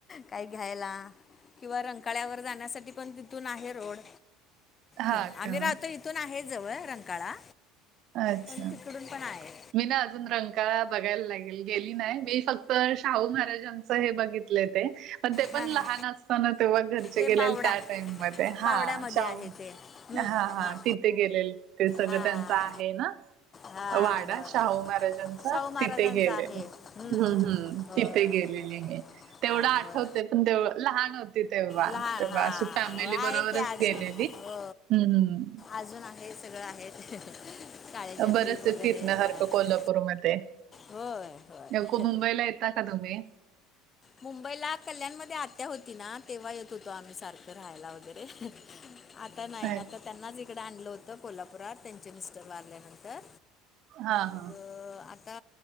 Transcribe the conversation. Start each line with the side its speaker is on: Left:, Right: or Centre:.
Left: काही घ्यायला. किंवा रंकाळ्यावर जाण्यासाठी पण तिथून आहे रोड.
Right: हा
Left: ह आम्ही
Right: का
Left: राहतो इथून आहे जवळ रंकाळा.
Right: अच्छा!
Left: पण तिकडून पण आहे
Right: मी ना अजून रंकाळा बघायला नाय गेली नाही मी फक्त शाहू महाराजांचं हे बघितले ते. पण ते
Left: हां
Right: पण
Left: हां
Right: लहान असताना तेव्हा घरचे
Left: ते
Right: गेले
Left: बावडा
Right: त्या टाइम मध्ये हा
Left: बावड्यामध्ये
Right: शाहु
Left: आहे ते हं,
Right: हा हा
Left: हां
Right: तिथे गेलेलो ते सगळं
Left: हां
Right: त्यांचं आहे ना.
Left: हां
Right: वाडा
Left: होय
Right: शाहू महाराजांचा
Left: शाहू महाराजांचं
Right: तिथे गेलेलो
Left: आहे हं,
Right: हम्म
Left: हं,
Right: हम्म.
Left: होय
Right: तिथे गेलेले मी तेवढं
Left: हां
Right: आठवत.
Left: होय
Right: तेव लहान होती तेव्हा
Left: लहान
Right: तेव्हा
Left: हां
Right: अशी फॅमिली
Left: होय आहे
Right: बरोबरच
Left: की अजून
Right: गेलेली
Left: हो
Right: हम् हम्.
Left: अजून आहे सगळं आहे. काळ्याच्या
Right: बरेच
Left: ट्रीप वगैरे
Right: फिरण्यासारखं
Left: येतात
Right: कोल्हापूरमध्ये आहे.
Left: होय होय
Right: नको मुंबईला येता का तुम्ही.
Left: मुंबईला कल्याणमध्ये आत्या होती ना तेव्हा येत होतो आम्ही सारखं राहायला वगैरे. आता नाही
Right: अच्छा
Left: आता त्यांनाच इकडे आणलं होतं कोल्हापुरात त्यांचे मिस्टर वारल्यानंतर.
Right: हा हा
Left: मग आता